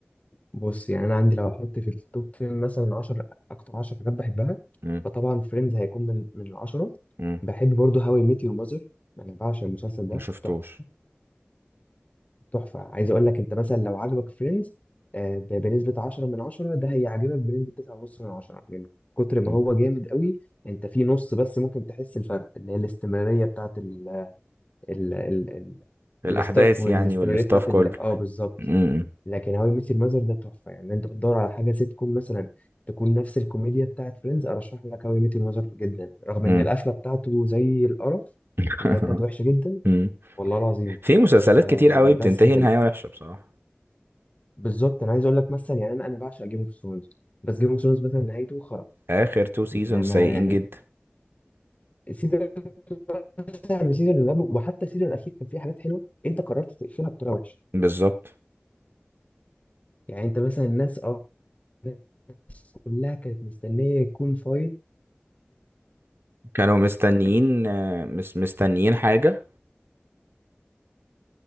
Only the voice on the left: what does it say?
بص يعني انا عندي لو احط في التوب 10 مثلا 10 اكتر 10 حاجات بحبها
فطبعا فريندز هيكون من من العشرة
بحب برضه هاو اي ميت يور ماذر انا بعشق المسلسل ده
تحفه تحفه عايز اقول لك انت مثلا لو عجبك فريندز بنسبه 10 من 10 ده هيعجبك بنسبه 9.5 من 10 من كتر ما
هو جامد قوي انت في نص بس ممكن تحس الفرق اللي هي الاستمراريه بتاعت ال ال ال ال
الستاف والاستمراريه
بتاعت
ال- اه بالظبط
لكن هاو اي ميت يور ماذر ده تحفه يعني انت بتدور على حاجه سيت كوم مثلا تكون نفس الكوميديا بتاعت فريندز ارشح لك هاو اي ميت يور ماذر جدا رغم
ان القفله بتاعته زي القرف
النهايه بتاعته وحشه جدا
والله العظيم
آه
بس حلو
بالظبط انا عايز اقول لك مثلا يعني انا انا بعشق جيم اوف ثرونز بس جيم اوف ثرونز مثلا نهايته خرا
ما,
ما يعني
سيزون مثلا من السيزون اللي قبله وحتى السيزون الاخير كان فيه حاجات حلوه انت قررت تقفلها بطريقه وحشه
يعني انت مثلا الناس اه الناس كلها كانت مستنيه يكون فايت